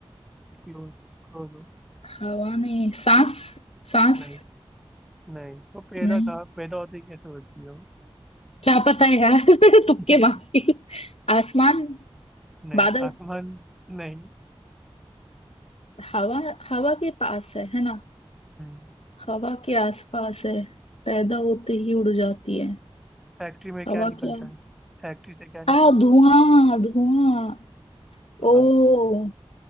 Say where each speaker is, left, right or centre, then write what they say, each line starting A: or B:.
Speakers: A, in the centre; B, on the left.
A: क्लोज क्लोज हो
B: हवा में सांस सांस
A: नहीं नहीं वो पैदा
B: नहीं
A: कहा पैदा होते ही कैसे होती हो
B: क्या पता है यार <laughs> तुक्के
A: <laughs>
B: मारती हूँ। आसमान
A: नहीं
B: बादल
A: आसमान नहीं
B: हवा हवा के पास है है ना
A: हम्म
B: हवा के आसपास है पैदा होते ही उड़ जाती है
A: फैक्ट्री में क्या
B: हवा
A: निकलता
B: क्या
A: है फैक्ट्री से क्या निकलता
B: आ धुआं
A: है
B: धुआं ओ
A: हाँ